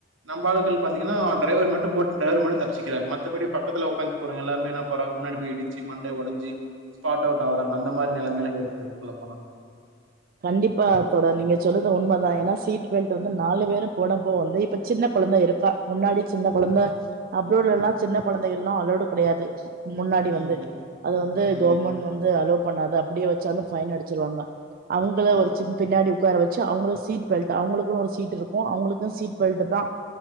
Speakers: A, on the right; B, on the right.
A: நம்பாளுக்கள் பாத்திங்கனா டிரைவர் மட்டு போட்டு டிரைவர் மட்டு தப்ச்சிக்கிறாரு மத்தபடி பக்கத்துல ஒக்காந்து போறவ்ங்க எல்லாருமே என்னா பண் ன் போறாங்க முன்னாடி போய் இடிச்சி மண்ட ஒடைஞ்சு ஸ்பாட் அவுட் ஆகுறாங்க அந்த மாரி நெலைமதா ஏற்படுது இதுக்குள்ள போனா
B: கண்டிப்பா தோழர் நீங்க சொல்றது உண்மதா ஏனா சீட் பெல்ட்டு வந்து நாலு பேரு போட போ வந்து இப்ப சின்ன கொழந்த இருக்கா முன்னாடி சின்ன கொழந்த அப்ரோட்லலா
A: ம்
B: சின்ன கொழந்தையெல்லா அளோடு கெடையாது முன்னாடி
A: ம்
B: வந்து அது வந்து
A: ம்
B: கவர்மெண்ட் வந்து அலோ‌பண்ணாது அப்டியே வச்சாலு ஃபைன் அடிச்சிருவாங்க அவுங்கள
A: ம்
B: ஒரு சின் பின்னாடி உக்காரவெச் சு அவுங்களுக்கு சீட் பெல் அவ்ங்களுக்குனு ஒரு சீட் இருக்கு அவ்ங்களுக்கு சீட் பெல்ட்டு தா